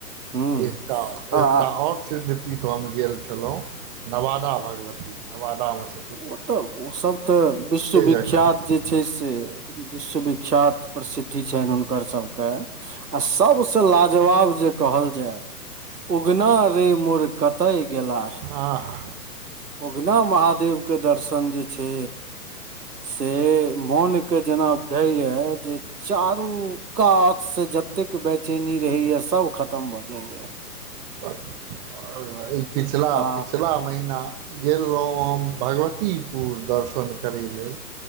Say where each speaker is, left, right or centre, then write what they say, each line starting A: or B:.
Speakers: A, on the right; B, on the right.
A: हूँ
B: एकटा, एकटा
A: आ
B: ओर सिद्धपीठ हम गेल छलहुँ, नवादा भगवती नवादा में छ
A: ओतऽ उ सब तऽ विश्वविख्यात
B: जकाँ
A: जे
B: हँ
A: जे से विश्वविख्यात प्रसिद्धि छनि हुनकर सबके आ सबस लाजवाब जे कहल जाय उगना रे मोड़ कतय गेला
B: आ हाँ हाँ
A: उगना महादेव के दर्शन जे छै से मोन के जेना बुढइए जे चारू कात से जतेक बेचैनी रहैया सब खत खतम भऽ जाइए
B: आर भाई पिछला,
A: आ
B: पिछला महीना गेल रहुँ हम भगवतीपुर दर्शन करय लेल